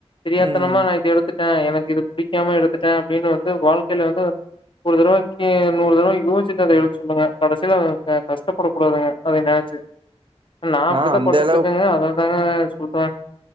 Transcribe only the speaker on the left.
தெரியாத்தனமா
நா இத எடுத்துட் டே எனக்கு இது புடிக்காம எடுத்துட்டே அப்படின்னு வந்து வாழ்க்கையில வந்து ஒரு தடவைக்கு நூறு தடவை யோசிச்சிட்டு அத எடுக்க சொல்லுங்க கடைசியில அவுங்க கஷ்டப்படக் கூடாதுங்க அதை நினைச்சு நா அப்படித்தா
பட்டுட்டு
இருக்கேங்க அததாங்க சொல்றே